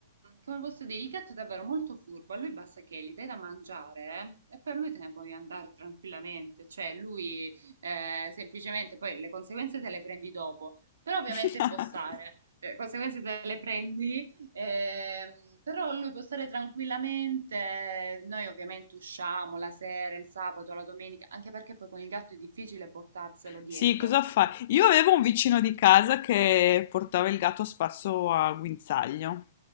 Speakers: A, on the right; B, on the left.
A: come posso dire, il gatto è davvero molto furbo, a lui basta che gli dai da mangiare eh, e per lui te ne puoi andare tranquillamente, cioè lui eh, semplicemente poi le conseguenze te le prendi dopo, però ovviamente
B: <laughs>
A: può stare,
B: <laughs>
A: le conseguenze te le prendi, ehm, però lui può stare tranquillamente, noi ovviamente usciamo la sera, il sabato, la domenica, anche perché poi con il gatto è difficile portarselo dietro.
B: Sì, cosa fai? Io avevo un vicino di casa che portava il gatto spasso a guinzaglio.